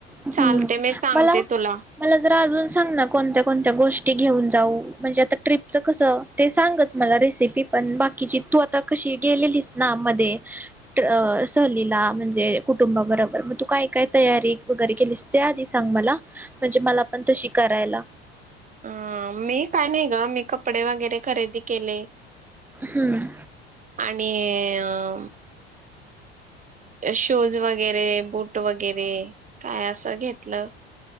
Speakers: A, in the centre; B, on the right.
A: हम्
B: चालते मी सांगते
A: मला
B: तुला.
A: मला जरा अजून सांग ना कोणत्या कोणत्या गोष्टी घेऊन जाऊ, म्हणजे आता ट्रिपच कस ते सांगच मला रेसिपी पण, बाकीची तू आता कशी गेलेलीस ना मध्ये तर सहलीला म्हणजे कुटुंबाबरोबर मग तू काय काय तयारी वगैरे केलीस? ते आधी सांग मला म्हणजे मला पण तशी करायला.
B: अ मी काय नाही ग मी कपडे वगेरे खरेदी केलय
A: हम्म
B: आणि अ. अ. शूज वगेरे बूट वगेरे काय असं घेतलं?